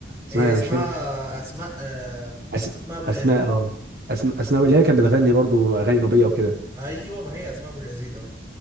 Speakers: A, on the right; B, on the right.
A: اسمها
B: هي اسمها
A: مش فاكر
B: اسماء آه،
A: أس...
B: اسماء ابو
A: اسماء
B: اليزيد
A: اه أسم... اسماء
B: آه،
A: اللي هي كانت بتغني برضو اغاني نوبيه وكده
B: ايوه ما هي اسماء ابو اليزيد اه